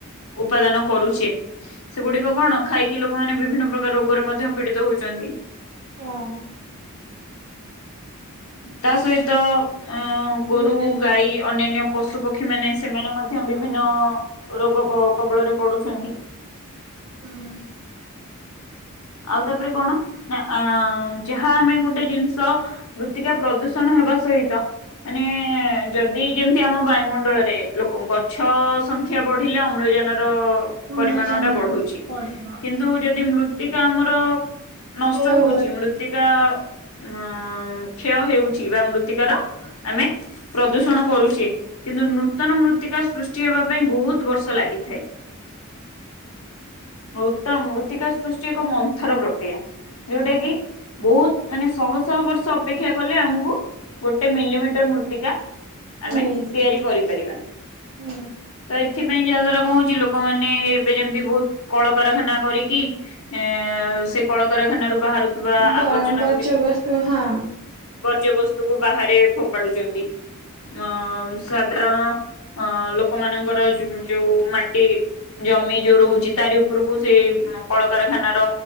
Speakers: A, on the left; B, on the right.
A: ଉପାଦାନ କରୁଛେ ସେଗୁଡିକ କଣ ଖାଇକି ଲୋକ ଲୋକମାନେ ବିଭିନ୍ନ ପ୍ରକାର ରୋଗରେ ମଧ୍ୟ ପୀଡିତ ହଉଛନ୍ତି।
B: ହଁ।
A: ତା ସହିତ ଅ ଗୋରୁ
B: ମାନେ
A: ଗାଈ ଅନ୍ୟାନ୍ୟ ପଶୁ ପକ୍ଷୀ ମାନେ ସେମାନେ ମଧ୍ୟ ବିଭିନ୍ନ ରୋଗ କବଳରେ ପଡୁଛନ୍ତି।
B: ହୁଁ।
A: ଆଉ ତାପରେ କଣ ନା ଯାହା ଆମେ ଗୋଟେ ଜିନିଷ ମୃତ୍ତିକା ପ୍ରଦୂଷଣ ହେବା ସହିତ ମାନେ ଯଦି ଯେମିତି ଆମ ବାୟୁମଣ୍ଡଳରେ ଲୋକ ଗଛ ସଂଖ୍ୟା ବଢିଲେ ଅମ୍ଳଜାନ
B: ଅମ୍ଳଜାନ
A: ପରିମାଣ ଟା ବଢୁଛି
B: ବଢିବ।
A: କିନ୍ତୁ ଯଦି ମୃ ଟିକେ ଆମର ନଷ୍ଟ
B: ହୁଁ
A: ହଉଛି
B: ହୁଁ।
A: ମୃତ୍ତିକା ଉ କ୍ଷୟ ହେଉଛି। ଥିବା ମୃତ୍ତିକାର ଆମେ ପ୍ରଦୂଷଣ କରୁଛେ। କିନ୍ତୁ ନୂତନ ମୃତ୍ତିକା ସୃଷ୍ଟି ହେବା ପାଇଁ ବହୁତ ବର୍ଷ ଲାଗେ। ହେ। ମୃତ ମୃତ୍ତିକା ସୃଷ୍ଟି ଏକ ମନ୍ଥର ପ୍ରକ୍ରିୟା ଯୋଉଟା କି ବହୁତ ମାନେ ଶହ ଶହ ବର୍ଷ ଅପେକ୍ଷା କଲେ ଆମକୁ ଗୋଟେ ମିଲିମିଟର ମୃତ୍ତିକା ଆମେ
B: ମିଳିଥାଏ
A: ତିଆରି କରିପାରିବା
B: ହୁଁ।
A: ତ ଏଥିପାଇଁ ଯାହାଦ୍ଵାରା କହୁଛି ଲୋକମାନୋନେ ଏବେ ଯେମତି ବହୁତ କଳକାରଖାନା କରିକି? ଏ ସେ କଳକାରଖାନାରୁ ବାହାରୁଥିବା
B: ବ
A: ଆବର୍ଜନା
B: ବର୍ଜ୍ୟବସ୍ତୁ
A: ଗୁଡିକୁ
B: ହଁ।
A: ବର୍ଜ୍ୟବସ୍ତୁ କୁ ବାହାରେ ଫୋପାଡୁଛନ୍ତି ଅ ସାଧାରଣ ଅ ଲୋକମାନଙ୍କର ଯୋଉ ମାଟି ଜମି ଯୋଉ ରହୁଛି। ତାରି ଉପରକୁ ସେ କଳ କାରଖାନା ର